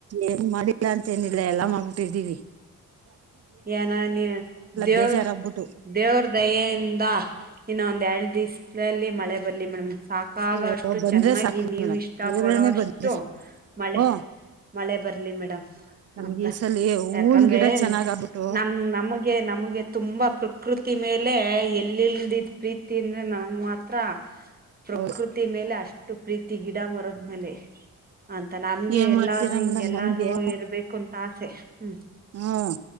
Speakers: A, on the right; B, on the right.
A: ಏನು ಮಾಡಿಲ್ಲ ಅನ್ ಮತ್ತೇನಿಲ್ಲ ಎಲ್ಲಾ ಮಾಡ್ಬಿಟ್ಟಿದ್ದೀವಿ.
B: ಏನೋ ನೀ ದೇವ್ರ
A: ಬೇಜಾರಾಗ್ಬಿಟ್ಟು
B: ದೇವ್ರ ದಯೆಯಿಂದ ಇನ್ನ ಒಂದ್ ಎರಡು ದಿವ್ಸ್ ಅಲ್ಲಿ ಮಳೆ ಬರ್ಲಿ ಮೇಡಮ್. ಸಾಕಾಗ
A: ಅಯ್ಯೋ
B: ಅಷ್ಟು
A: ಬಂದ್ರೆ
B: ಚೆನ್ನಾಗಿ
A: ಸಾಕು
B: ನೀವು
A: ಮೇಡಮ್
B: ಇಷ್ಟ
A: ಬೇರೆನೆ
B: ಪಡೋ ಅಷ್ಟು
A: ಬಂದ್ರೆ
B: ಮಳೆ
A: ಓ
B: ಮಳೆ ಬರ್ಲಿ ಮೇಡಮ್
A: ನಮ್ಗೆ
B: ಅಂತ
A: ಈ ಸಲ ಹೂವಿನ
B: ಯಾಕಂದ್ರೆ
A: ಗಿಡ ಚೆನ್ನಾಗ್ ಆಗ್ಬಿಟ್ಟು
B: ನಮ ನಮಗೆ ನಮಗೆ ತುಂಬಾ ಪ್ರೃ ಪ್ರಕೃತಿ ಮೇಲೆ ಎಲ್ಲಿಲ್ದಿದ ಪ್ರೀತಿ ಅಂದ್ರೆ ನನ್ಂಗ ಮಾತ್ರ ಪ್ರಕೃತಿ
A: ಹೌದು
B: ಮೇಲೆ ಅಷ್ಟ ಟ್ಟು ಪ್ರೀತಿ ಗಿಡ ಮರದ ಮೇಲೆ ಅಂತ ನಮ್ಗೆ
A: ಏನ್
B: ಎಲ್ಲಾದ್ೂ
A: ಮಾಡ್ತೀರಾ
B: ಹಿಂಗೆಲ್ಲಾದ್ೂ
A: ಮೇಡಮ್ ನಮ್ಗೆ
B: ಹಿ ಇರ್ಬೇಕು ಅಂತ ಆಸೆ ಹ್ಮ್
A: ಹ್ಮ್